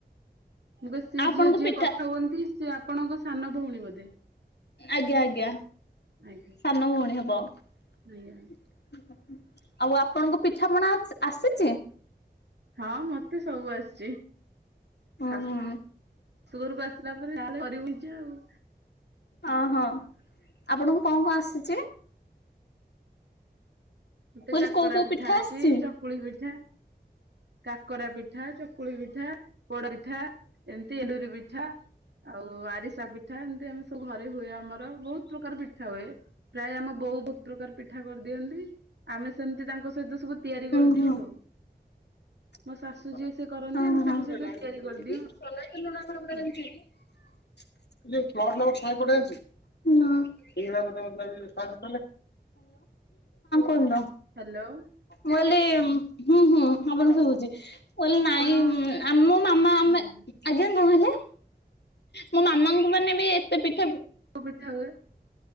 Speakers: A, on the right (about 80°); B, on the left (about 75°).
A: ମୁଁ କହିଲି ସେ
B: ଆପଣଙ୍କୁ
A: ଝିଅ ଯିଏ
B: ପିଠା
A: କଥା ହୁଅନ୍ତି ସିଏ ଆପଣଙ୍କ ସାନ ଭଉଣୀ ବୋଧେ?
B: ଆଜ୍ଞା ଆଜ୍ଞା
A: ଆଜ୍ଞା
B: ସାନ ଭଉଣୀ ହବ। ଆଉ
A: ଆଜ୍ଞା
B: ଆପଣଙ୍କୁ ପିଠାପଣା ଆସ୍ ଆସିଚି?
A: ହଁ ମତେ ସବୁ ଆସିଚି
B: ହୁଁ
A: ଶା
B: ହୁଁ
A: ଶୂ ଘରକୁ ଆସିଲା ପରେ <inaudible> ଯାହା କରିବୁ ନିଜେ ଆଉ।
B: ଅହ ଆପଣଙ୍କୁ କଁ କଁ ଆସିଚି?
A: ମତେ
B: କହିଲି
A: କାକରା
B: କୋଉ କୋଉ
A: ପିଠା ଆସ୍
B: ଆସିଛି?
A: ଚି ଚ କୁଳି ପିଠା କାକରା ପିଠା ଚକୁଳି ପିଠା ପୋଡ଼ ପିଠା ଏମ୍ ତି ଏଣ୍ଡୁରି ପିଠା ଆଉ ଆରିସା ପିଠା ଏମ୍ ତି ଆମେ ସବୁ ଘରେ ହୁଏ ଆମର ବହୁତ ପ୍ରକାର ପିଠା ହୁଏ। ପ୍ରାୟ ଆମ ବୋଉ ବତ୍ ପ୍ରକାର ପିଠା କରିଦିଅନ୍ତି। ଆମେ ସେମ୍ ତି ତାଙ୍କ ସହିତ ସବୁ ତିଆରି
B: ଉଁ
A: କରିଦିଅଉ
B: ହୁଁ
A: ଆଉ। ମୋ
B: ହଁ
A: ଶାଶୁ ଯିଏ ସିଏ କରନ୍ତି ଆମେ
B: ହଁ।
A: ତାଙ୍କ ସହିତ ତିଆରି କରିଦିଉ
B: <unintelligible>
A: ଆଉ
B: ନାଁ ହାଲୋ ହଁ କୁହନ୍ତୁ।
A: ହାଲୋ।
B: ମୁଁ କଇଲି ହୁଁ ହୁଁ ହାପଣ ଶୁଭୁଚି। ମୁଁ କଲି
A: ଆପଣ
B: ନାଇଁ ଆମ ମାମା ଆମେ
A: ହୁଁ
B: ଆଜ୍ଞା କଁ ହେଲା? ମୋ ମାମାଙ୍କୁ ମାନେ ବି ଏତେ ପିଠା
A: କୋ ପିଠା ହୁଏ?